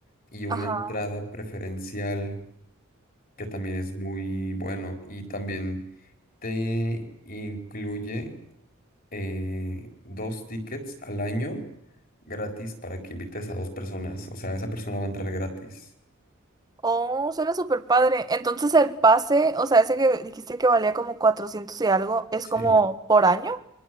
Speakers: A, on the left; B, on the right.
A: y una
B: ajá.
A: entrada preferencial que también es muy bueno. Y también te incluye eh, dos tickets al año gratis para que invites a dos personas. O sea, esa persona va a entrar gratis.
B: Oh, suena súper padre. Entonces el pase, o sea, ese que dijiste que valía como 400 y algo, ¿es
A: Sí.
B: como por año?